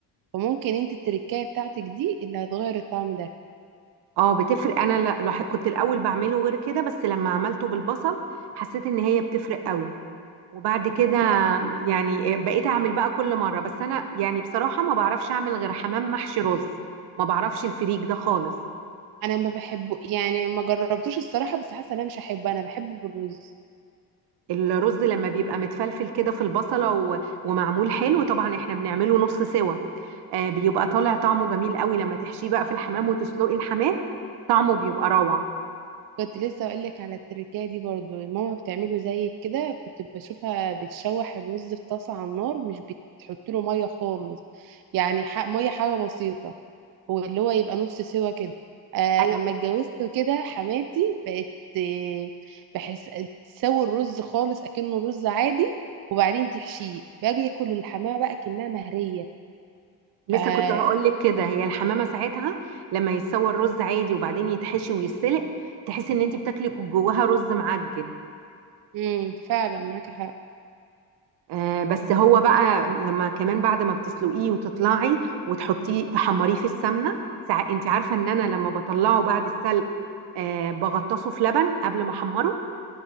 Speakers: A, on the right; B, on the right.
A: فممكن انت التركايه بتاعتك دي اللي هتغير الطعم ده
B: اه بتفرق انا لا لاح- كنت الاول بعمله غير كده بس لما عملته بالبصل حسيت ان هي بتفرق قوي وبعد كده
A: لا
B: يعني آه، بقيت اعمل بقى كل مره بس انا يعني بصراحه ما بعرفش اعمل غير حمام محشي رز ما بعرفش الفريك ده خالص
A: انا ما بحبه يعني ما جربتوش الصراحه بس حاسه إن انا مش هحبه انا بحبه بالرز
B: الرز لما بيبقى متفلفل كده في البصله و... ومعمول حلو طبعا احنا بنعمله نص سوا آه بيبقى طالع طعمه جميل قوي لما تحشيه بقى في الحمام وتسلقي الحمام طعمه بيبقى روعه
A: كنت لسه اقول لك على التركية دي برضو ماما بتعمله زي كده كنت بشوفها بتشوح الرز في طاسة على النار مش بتحط له مية خالص يعني ح- مية حاجة بسيطة هو اللي هو يبقى نص سوا كده آه،
B: ايوه
A: اما اتجوزت كده حماتي بقت آه، بحس تسوي الرز خالص اكنه رز عادي وبعدين تحشيه باجي اكل الحماه بقى كأنها مهرية
B: لسه
A: ف
B: كنت هقول لك كده هي الحمامه ساعتها لما يتسوى الرز عادي وبعدين يتحشي ويتسلق تحسي ان انت بتاكلي جواها رز معجن
A: امم فعلا معاك حق
B: آه، بس هو بقى لما كمان بعد ما بتسلقيه وتطلعي وتحطيه تحمريه في السمنه ساع- انت عارفه ان انا لما بطلعه بعد السلق آه، بغطسه في لبن قبل ما احمره